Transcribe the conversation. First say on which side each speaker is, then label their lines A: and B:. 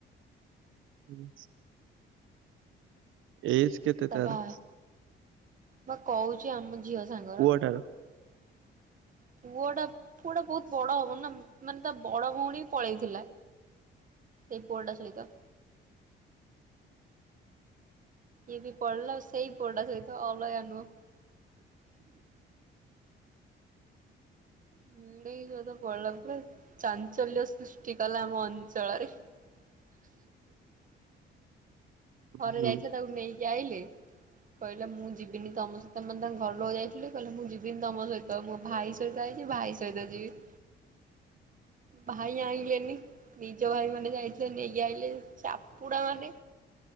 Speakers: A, on the right; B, on the right.
A: ଉଁ। ଏଜେ କେତେ
B: ତା
A: ତାର?
B: ବା ବା କହୁଛି ଆମ ଝିଅ ସାଙ୍ଗର।
A: ପୁଅଟାର?
B: <inaudible> ପୁଅ ଟା ପୁଅ ଟା ବହୁତ ବଡ ହବନ ନା ମାନେ ତା ବଡ ଭଉଣୀ ପଳେଇଥିଲା। ସେ ପୁଅଟା ସହିତ। ଇଏବି ପଳିଲା ସେ ସେଇ ପୁଆଟା ସହିତ ଅଲଗା ନୁହଁ। <inaudible> <unintelligible> ପଳେଇଲା ପରା ଚାଞ୍ଚଲ୍ୟ ସୃଷ୍ଟି କଲା ଆମ ଅଞ୍ଚଳରେ। <inaudible> ଥରେ
A: ହୁଁ
B: ଯାଇଥିଲା ତାକୁ ନେଇକି ଇଏ ଆଇଲେ କହିଲା ମୁଁ ଯିବିନି ତମ ସହିତ ମାନେ ତାଙ୍କ ଘର ଲୋକ ଯାଇଥିଲେ। କହିଲେ ମୁଁ ଯିବିନି ତମ ସହିତ। ମୋ ଭାଇ ସହିତ ଆଇଛି ଭାଇ ସହିତ ଯିବି। <inaudible> ଭାଇ ଆଣିଲେନି ନିଜ ଭାଇ ମାନେ ଯାଇଥିଲେ ନେଇକି ଆଇିଲେ। ଚାପୁଡ଼ା ମାନେ।